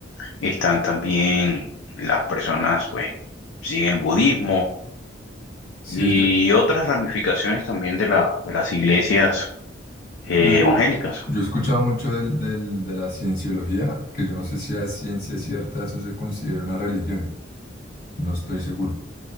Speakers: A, on the left; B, on the left.
A: están también las personas, pues, siguen el budismo
B: sí,
A: y
B: yo,
A: otras ramificaciones también de, la, de las iglesias eh,
B: yo-
A: evangélicas.
B: Yo he escuchado mucho del, del- de la cienciología, que yo no sé si a ciencia cierta eso se considera una religión, no estoy seguro,